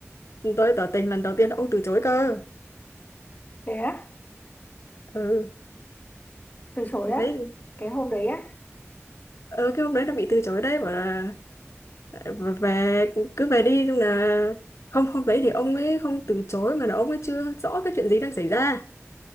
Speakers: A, on the left; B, on the left.
A: tôi tỏ tình lần đầu tiên ông từ chối cơ
B: Thế á?
A: ừ
B: Từ chối
A: đấy
B: á? Cái hôm đấy á?
A: ờ, cái hôm đấy nó bị từ chối đấy bảo là ờ, về cứ về đi nhưng là không hôm đấy thì ông ấy không từ chối mà là ông ấy chưa rõ cái chuyện gì đang xảy ra